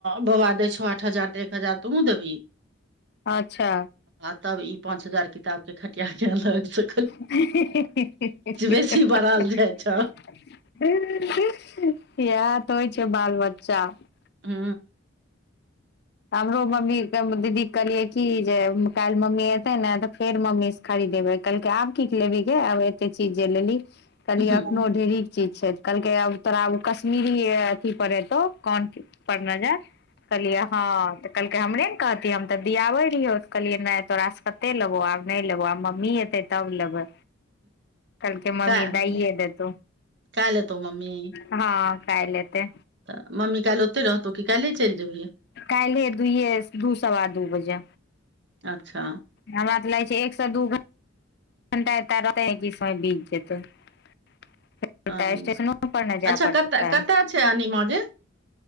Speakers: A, on the right; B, on the left.
A: बाबा दै छौ आठ हजार तऽ एक हजार तुहुँ देबही
B: अच्छा
A: आ तब ई पाँंच हजार किताब के खटिया के अलग छै
B: ह <unintelligible> एहा
A: बेसी बढ़ल जाइ
B: तऽ
A: छौ
B: होइ छै बाल बच्चा
A: हू
B: हमरो मम्मीे दीदी <unintelligible> कहलियै कि जे काइल्ह मम्मी एतै ने तऽ फेर मम्मी खरीदेबै कहलकै आब की लेबही के आब एते चीज जे लेली कहलियै
A: हूँ
B: एखनो ढेरिक चीज छै कहलकै आब तोरा कश्मीरी अथी पर एतौ कोन <unintelligible> पर नजर कहलियै हँ तऽ कहलकै हमरे ने कहती हम तऽ दियाबै रहियौ तऽ कहलियै नहि तोरासँ कते लेबो आब नहि लेबो आ मम्मी एतै तब लेबै कलके मम्मी
A: काल्हि
B: दइए देतौ
A: काल्हि एतौ मम्मी
B: हँ काइल एतै
A: तऽ मम्मी काइल ओते रहतौ की काइल्हे चलि जेबही
B: काइल्हे दहे दू सवा दू बजे
A: अच्छा
B: हमरा तऽ लागै छै एक सँ दू घ घंटा एत रहतै समय बीत जेतै <unintelligible> एक घंटा
A: हँ
B: <unintelligible> स्टेशनो पर नहि जाय
A: अच्छा
B: पड़तै
A: कतऽ कतऽ छै अनिमा गे